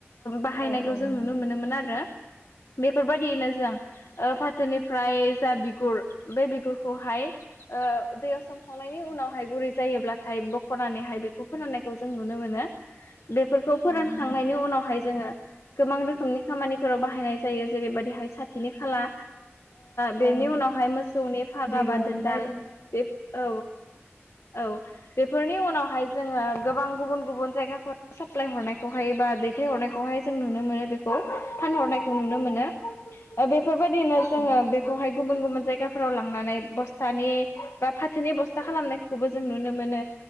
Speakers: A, on the left; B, on the left.
A: बाहायनायखौ
B: औ औ
A: जों
B: नंगौ
A: नुनो मोनोमोन आरो बेफोरबायदियैनो जों ओ फाथोनिफ्राय जा बिगुर बे बिगुरखौहाय ओ दैयाव सोम ब्रखांनायनि उनावहाय गुरै जायोब्लाथाय बख'नानैहाय बेखौ फोरोननायखौ जों नुनो मोनो। बेफोरखौ
B: औ
A: फोरानखांनायनि
B: नंगौ
A: उनावहाय जोङो गोबां रोखोमनि खामानि फोराव बाहायनाय जायो जेरैबायदिहाय साथिनि खाला
B: औ
A: बेनि उनावहाय मोसौनि फागा
B: दिरुं
A: बा दोनदाल
B: बायदि
A: बे औ औ बेफोरनि उनावहाय जोङो गोबां गुबुन गुबुन जायगाफोर साप्लााय हरनायखौहायो बा दै फिथायहरनायखौहाय जों नुनो मोनो बेखौ फानहरनायखौ नुनो मोनो बेफोरबायदिनो
B: औ
A: जोङो बे हाय गुबुन गुबुन जायगाफोराव लांनानै बस्थ बा फाथोनि बस्था खालामनाय खौबो जों नुनो मोनो